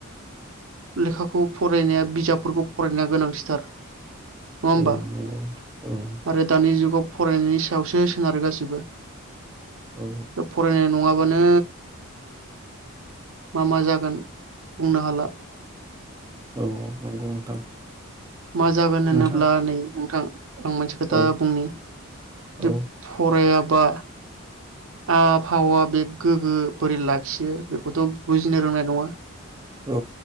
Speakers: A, on the right; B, on the right.
A: लेखाखौ फरायनाया बिजाबफोरखौ फरायनाया गोनांथिथार, नङा होनबा
B: औ नंगौ ओं
A: आरो दानि जुगाव फरायनायनि सायावसो सोनारो गासिबो
B: औ
A: फरायनाय नङाबा नो मा मा जागोन बुंनो हाला।
B: औ नंगौ नोंथां।
A: मा जागोन होनोब्ला
B: नोंथां
A: नै नों थां आं मोनसे खोथा
B: औ
A: बुंनि जे
B: औ
A: फराया बा आवा फावा बे गोगो बोरै लाखियो बेखौथ' बुजिनो रोंनाय नङा
B: औ